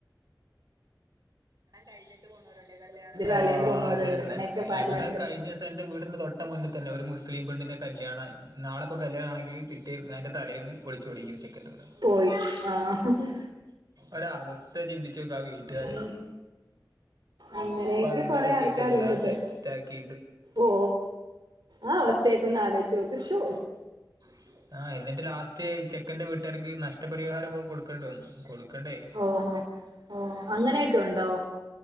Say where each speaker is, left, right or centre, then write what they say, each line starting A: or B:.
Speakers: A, on the right; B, on the right.
A: എല്ലാ കഴിഞ്ഞിട്ട് പോണോരോണ്ടെ കല്യാണത്തിന് ആഹ്
B: തലേന്ന് പോന്നവരുണ്ട്
A: അതന്നെ
B: അങ്ങനെയൊക്കെ പലണ്ട്
A: ഇവിടെ കഴിഞ്ഞ എന്റെ വീടിന്റെ തൊട്ട മുന്നേ തന്നെ ഒരു മുസ്ലിംപെണ്ണ്ന്റെ കല്യാണ നാളെപ്പ കല്യാണെങ്കില് ട്ടിം അതിന്റെ തലേന്ന് ഒളിച്ചോടി ഈ ഒരു ചെക്കൻ്റൂടെ
B: പോയി ആഹ്
A: ഒരവസ്ഥ ചിന്തിച്ചോക്കാ ആ വീട്ടുകാരെ
B: ഉം അങ്ങനെയൊക്കെ
A: പന്തലൊക്കെ
B: കൊറെ ആൾക്കാരുണ്ടല്ലോ
A: ഇട്ട് എല്ലാം സെറ്റ് ആക്കി
B: ഓ ആ അവസ്ത്തെക്കെ ഒന്നാലോയ്ച്ചോക്ക് ശോ
A: ശോ ആഹ് എന്നിട്ട് ലാസ്റ്റ് ചെക്കന്റെ വീട്ടുകാർക്ക് നഷ്ടപരിഹാരക്കെ കൊടുക്കേണ്ടി വന്നു കൊടുക്കണ്ടേ
B: ഓഹോ ഓ അങ്ങനെയൊക്കെ ഉണ്ടോ